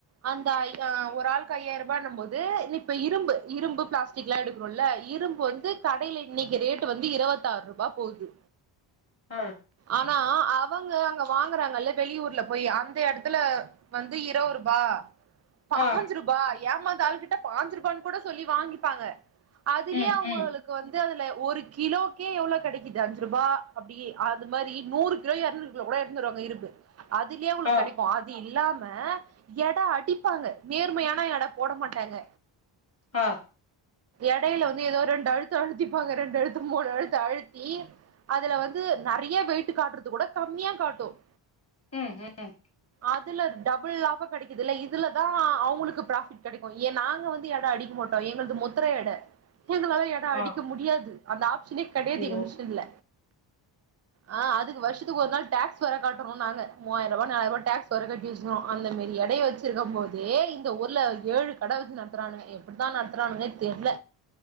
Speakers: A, on the right (about 35°); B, on the left (about 30°).
A: அந்த ஐ அ ஒர் ஆள் ஒரு ஆளுக்கு ஐயாயிரம் ரூபாய் நம்பல்து இப்ப இரும்பு இரும்பு பிளாஸ்டிக்லா எடுக்குறேம்ல்ல இரும்பு வந்து கடைல இன்னிக்கு ரேட்டு் வந்து இருபத்தாறூபா போகுது
B: ஆ
A: ஆனா அவங்க அங்க வாங்கறாங்கல்ல வெளியூர்ல போய் அந்த எடத்துல வந்து இரோரூபா பாஞ்சு
B: ஆ
A: ரூபா ஏமாந்த ஆள் கிட்ட பாஞ்சு ரூபான்னு கூட சொல்லி வாங்கிப்பாங்க அதுலயே
B: ம்
A: அவுங்களுக்கு
B: ம்
A: கோ வந்து அதுல ஒரு கிலோக்கே எவ்ளோ கிடைக்குது அஞ்சு ரூபா அப்டியே அது மாதிரி நூறு கிலோ எறநூறு கூட எடுத்துனுவருவாங்க இரும்பு அதுலயே உங்களுக்கு
B: ஆ
A: கெடைக்கூ அது இல்லாம எட அடிப்பாங்க நேரு கூர்மையானா எட போட மாட்டாங்க
B: ஆ
A: எடையில வந்து ஏதோ ரெண்டு அழுத்து அழுத்திப்பாங்க ரெண்டு அழுத்து மூணு அழுத்து அழுத்தி அதுல வந்து நறைய வெயிட்டு் காட்டுறது கூட கம்மியா காட்டும்
B: ம் ம்
A: அதுல டபுள் லாபம் கிடைக்குது இல்ல இதுலதான் அவ் உங்களுக்கு ப்ரஃபிட் கெடைக்கூ ஏ நாங்க வந்து எட அடிக்க மாட்டோ எங்களது முத்திர எட <unintelligible> அடிக்க
B: ஆ
A: முடியாது அந்த ஆப்ஷனே கெடையாது
B: ஓ
A: எங்க மிஷின்ல ஆ அதுக்கு வருஷத்துக்கு ஒரு நாள் டேக்ஸ் வேற கட்டணுனாங்க மூவாயிருபா நாலாயிருபா டேக்ஸ் வேற கட்டி வச்சின்னு அந்த மாரி எடைய வச்சு சிருக்கும் போதே இந்த ஊர்ல ஏழு கட வச்சு நடத்துறானுங்க எப்படித்தான் நடத்துறானுங்கன்னே தெர்ல